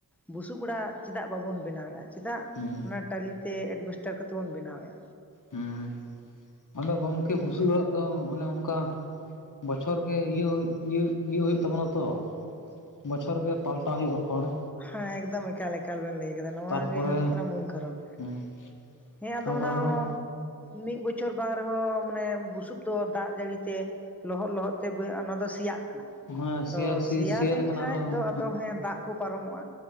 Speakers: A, in the centre; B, on the left.
A: ᱵᱩᱥᱩᱵ ᱚᱲᱟᱜ ᱪᱮᱫᱟᱜ ᱵᱟᱵᱚᱱ ᱵᱮᱱᱟᱣᱮᱫᱼᱟ? ᱪᱮᱫᱟᱜ
B: ᱦᱩᱸ
A: ᱚᱱᱟ ᱴᱟᱞᱤᱛᱮ ᱮᱰᱵᱮᱥᱴᱟᱨ ᱠᱟᱛᱮ ᱵᱚᱱ ᱵᱮᱱᱟᱣᱮᱜᱼᱟ?
B: ᱦᱩᱸ ᱟᱫᱚ ᱜᱚᱝᱠᱮ ᱵᱩᱥᱩᱵ ᱚᱲᱟᱜ ᱫᱚ ᱚᱱᱮ ᱚᱱᱠᱟ᱾ ᱵᱚᱪᱷᱚᱨ ᱜᱮ ᱤᱭᱟᱹ ᱤᱭᱟᱹ ᱦᱩᱭᱩᱜ ᱛᱟᱵᱚᱱᱟ ᱛᱚ᱾ ᱵᱚᱪᱷᱚᱨ ᱜᱮ ᱯᱟᱞᱴᱟᱣ ᱦᱩᱭᱩᱜᱼᱟ ᱠᱷᱚᱲ᱾
A: ᱦᱮᱸ ᱮᱫᱚᱢ ᱮᱠᱟᱞ ᱮᱠᱟᱞ ᱵᱮᱱ ᱞᱟᱹᱭ ᱟᱠᱟᱫᱟ ᱱᱚᱣᱟ
B: ᱛᱟᱨᱯᱚᱨᱮ
A: ᱜᱮ ᱦᱩᱭᱩᱜ ᱠᱟᱱᱟ ᱢᱩᱞ ᱠᱟᱨᱚᱱ᱾
B: ᱦᱮᱸ
A: ᱦᱮᱸ ᱟᱫᱚ
B: ᱛᱟᱨᱯᱚᱨ
A: ᱚᱱᱟ ᱦᱚᱸ ᱢᱤᱫ ᱵᱚᱪᱷᱚᱨ ᱵᱟᱝ ᱨᱮᱦᱚᱸ ᱢᱟᱱᱮ ᱵᱩᱥᱩᱵ ᱫᱚ ᱫᱟᱜ ᱡᱟᱹᱲᱤ ᱛᱮ, ᱞᱚᱦᱚᱫ ᱞᱚᱦᱚᱫ ᱛᱮ ᱵᱟᱹᱭᱟᱹ ᱟ ᱱᱚᱱᱟ ᱫᱚ ᱥᱮᱭᱟᱜ
B: ᱦᱮᱸ
A: ᱟᱫᱚ
B: ᱥᱤ
A: ᱥᱮᱭᱟ ᱞᱮᱱᱠᱟᱱ
B: ᱞᱮᱠᱷᱟᱱ ᱟᱨᱦᱚᱸ
A: ᱫᱚ ᱟᱫᱚ ᱦᱮᱸ ᱫᱟᱜ ᱠᱚ ᱯᱟᱨᱚᱢᱚᱜᱼᱟ